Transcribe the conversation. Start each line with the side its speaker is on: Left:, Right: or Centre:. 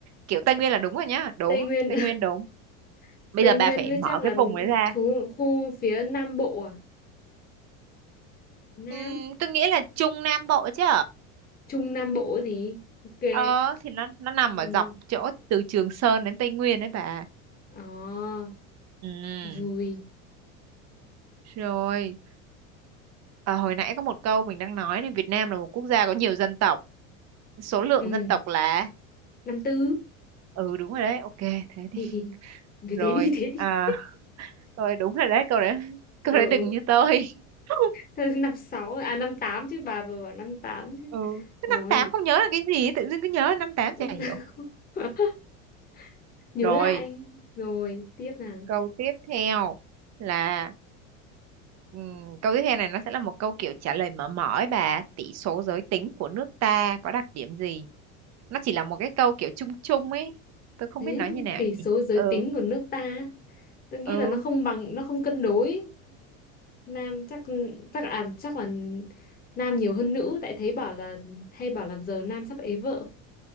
Right: Kiểu Tây Nguyên là đúng rồi nhá, đúng,
Left: Tây Nguyên
Right: Tây Nguyên đúng.
Left: <laughs>
Right: Bây
Left: Tây
Right: giờ
Left: Nguyên
Right: bà phải
Left: với
Right: mở
Left: chắc là
Right: cái vùng ấy ra.
Left: khu, khu phía Nam Bộ à Nam
Right: Ừm, tôi nghĩ là Trung Nam Bộ chứ.
Left: Trung Nam Bộ ấy gì ok
Right: Ờ thì nó nó nằm
Left: ừ.
Right: ở dọc chỗ từ Trường Sơn đến Tây Nguyên đấy bà.
Left: à,
Right: Ừ.
Left: rồi
Right: Rồi, à, hồi nãy có một câu mình đang nói này, Việt Nam là một quốc gia có nhiều dân tộc. Số lượng
Left: ừ.
Right: dân tộc là
Left: năm tư
Right: ừ đúng rồi đấy, ok thế
Left: <laughs>
Right: đi.
Left: thì thì
Right: Rồi,
Left: thế đi <laughs> thế đi
Right: à rồi đúng rồi đấy, câu đấy. <laughs>
Left: ừ.
Right: Câu đấy đừng
Left: ừ.
Right: như tôi. <laughs>
Left: Thôi, năm sáu à năm tám chứ bà vừa bảo năm tám chứ
Right: Ừ, cái
Left: rồi
Right: năm tám không nhớ là cái gì, tự dưng cứ nhớ năm tám
Left: năm
Right: chả hiểu.
Left: tám. <laughs> nhớ
Right: Rồi,
Left: lại rồi tiếp nào
Right: câu tiếp theo là Ừm, câu tiếp theo này nó sẽ là một câu kiểu trả lời mở mở ấy bà. Tỷ số giới tính của nước ta có đặc điểm gì? Nó chỉ là một cái câu kiểu chung chung ấy. Tôi không
Left: thế
Right: biết nói như nào
Left: tỷ số
Right: nhỉ.
Left: giới
Right: ừ
Left: tính của nước ta tôi nghĩ
Right: Ừ,
Left: là nó không bằng nó không cân đối nam chắc chắc à chắc là nam nhiều hơn nữ tại thấy bảo là hay bảo là giờ nam sắp ế vợ